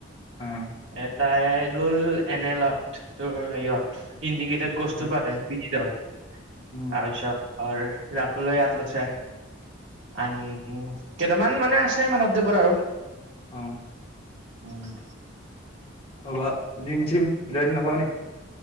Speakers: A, on the left; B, on the right.
A: অ'
B: এ তাই গ'ল এনেলত, তোৰ হেৰিয়ত। ইণ্ডিকেটেড
A: আচ্ছা
B: কৰ্চটো পালে বিগীতৰ। <unintelligible>
A: উম
B: <inaudible> আৰ ৰাতুলে ইয়াত লৈছে। আন কেইটামান মানে আছে মাধৱদেৱত আৰু।
A: অ
B: উম <unintelligible>
A: অব জিম চিম? জইন নকৰ নেকি?